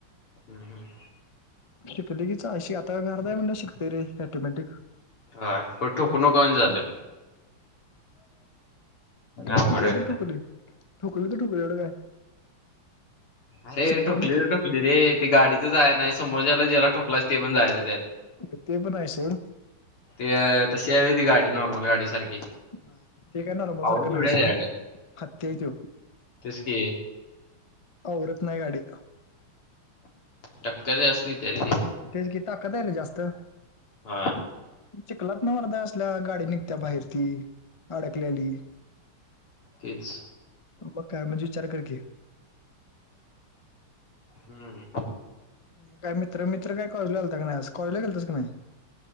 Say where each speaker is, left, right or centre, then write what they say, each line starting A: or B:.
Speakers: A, on the left; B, on the left.
A: हम्म हम्म
B: शिकली की चा असी, आता घरात आहे म्हटल्यावर शिकते रे ऑटोमॅटिक.
A: हा पण ठोकु
B: घरात
A: नको म्हणजे झाल. नाही
B: काय
A: अवघड
B: ठोकली
A: व्हायचं.
B: तर ठोकली. ठोकली तर ठोकली एवढ काय.
A: अरे
B: शिकताना
A: ठोकली तर ठो कली रे. ते गाडीच जाय नाही समोरच्याला ज्याला ठोकलायच ते पण जायच त्यात.
B: होय ते पण आहे सोड.
A: ते तशी आहे व्हय ती गाडी नॉर्मल गाडी सारखी.
B: नाही ते काय ना नॉर्मल
A: पावर
B: सारख
A: केवढ्या
B: नाही
A: त्या
B: सोड.
A: गाड्या
B: हत्ती आहे त्यो.
A: तेच की.
B: आवरत नाही गाडी.
A: टक्कर जास्तीये तरीबी
B: तेच कि, ताकत आहे ना जास्त.
A: हा
B: चिकलात न मरदा असल्या गाडी निघत्या बाहेर ती अडकलेली. <inaudible>
A: तेच
B: मग काय म्हणजे विचार कर की.
A: हम्म
B: मग काय मित्र मित्र काय कॉलेजला आलाता का नाही आज? कॉलेजला गेलतास का नाही?